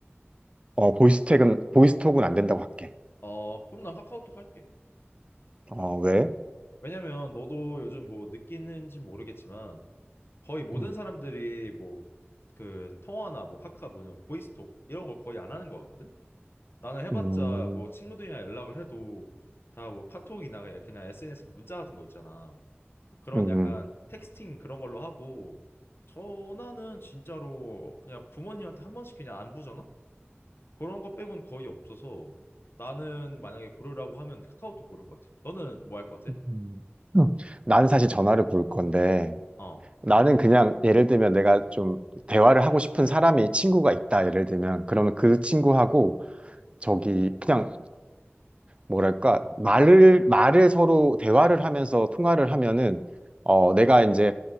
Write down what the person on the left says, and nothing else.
어, 그럼 난 카카오톡 할게.
왜냐면 너도 요즘 뭐 느끼는지 모르겠지만 거의 모든
사람들이 뭐 그 통화나 뭐 카카 뭐냐 보이스톡 이런 걸 거의 안 하는 것 같거든. 나는 해봤자
뭐 친구들이랑 연락을 해도 다 뭐 카톡이나 그냥 SNS 문자 같은 거 있잖아. 그런
약간
텍스팅 그런 걸로 하고 전화는 진짜로 그냥 부모님한테 한 번씩 그냥 안부 전화? 그런 거 빼곤 거의 없어서 나는 만약에 고르라고 하면 카카오톡 고를 것 같아. 너는 뭐 할 것 같아?
어.